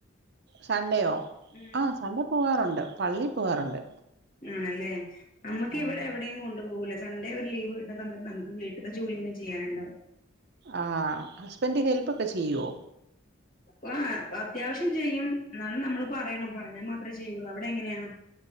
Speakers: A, on the right; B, on the left.
A: സൺഡേയോ
B: ഉം
A: ആഹ് സൺ‌ഡേ പോവാറുണ്ട് പള്ളി പോവാറുണ്ട്
B: ആണല്ലേ നമ്മക്ക്
A: ആഹ്
B: ഇവിടെ എവിടെയും കൊണ്ടു പോകൂല സൺ‌ഡേ ഒരു ലീവ് കിട്ടുന്ന സമയത്ത് നമുക്ക് വീട്ത്തെ ജോല്യന്നെ ചെയ്യാനുണ്ടാവും
A: ആഹ് ഹസ്ബൻഡ് ഹെൽപ്പക്കെ ചെയ്യോ
B: വആ അത്യാവശ്യം ചെയ്യും ന്നാലും നമ്മള് പറയണം പറഞ്ഞാ മാത്രചെയ്യുള്ളൂ അവിടെ എങ്ങനെയാ